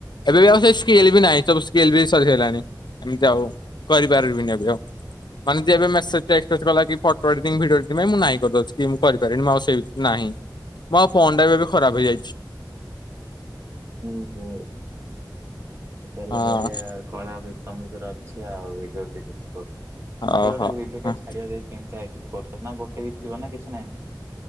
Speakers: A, on the left (about 75°); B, on the right (about 35°).
A: ଏବେ ବି ଆଉ ସେ ସ୍କେଲବି ନାହିଁ ସବୁ ସ୍କେଲ ବି ସରି ସାରିଲାଣି। ଏମିତି ଆଉ କରିପାରିବିନି। ଏବେ ଆଉ। ମାନେ ଯିଏ ଏବେ ମେସେଜ ଟେକ୍ସଟ ଫେକ୍ଷ୍ଟ କଲାକି ଫଟୋ ଏଡିଟିଙ୍ଗ ଭିଡିଓ ତେବେ ମୁଁ ନାଇଁ କରିଦଉଛି କି ମୁଁ କରିପାରିବିନି। ମୁଁ ଆଉ ସେଇ ନାହିଁ। ମୋ ଫୋନ୍ ଟାବି ଏବେ ଖରାପ ହେଇଯାଇଛି।
B: ଓ ହୋ। ତାହେଲେ
A: ହଁ
B: ବଢିଆ କଳା ତମ ଭିତରେ ଅଛି ଆଉ। ଭିଡିଓ ଏଡିଟିଂ କରୁଛ ଭାଇ
A: ହଉ
B: ଗୋଟେ
A: ହଉ
B: ଭିଡିଓ ଟାଏ ଛାଡିବ ଦେ <unintelligible> କେମିତି ଇଏଡିଟି କରୁଛ ନା ଗୋଟେ ବି ଥିବ ନା କିଛି ନାହିଁ।